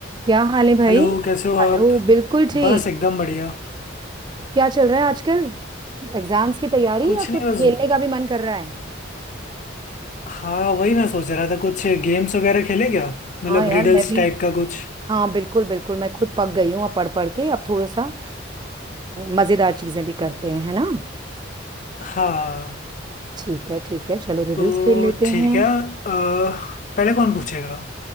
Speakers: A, on the right; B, on the left.
A: क्या हाल है भाई
B: Hello कैसे हो आप
A: हेलो बिल्कुल ठीक
B: बस एकदम बढ़िया
A: क्या चल रहा है आजकल एग्जाम्स की तैयारी
B: कुछ
A: या
B: नहीं
A: कुछ
B: बस
A: खेलने का भी मन कर रहा है
B: हाँ वही मैं सोच रहा था कुछ गेम्स वगैरह खेले क्या मतलब
A: हाँ यार
B: रिडल्स
A: मैं भी
B: टाइप का कुछ
A: हाँ बिल्कुल बिल्कुल मैं खुद पक गई हूँ अब पढ़ पढ़ के अब थोड़ा सा मज़ेदार चीज़ें भी करते हैं है ना
B: हाँ
A: ठीक है ठीक है चलो रिडल्स
B: तो
A: खेल लेते
B: ठीक
A: हैं
B: है अह, पहले कौन पूछेगा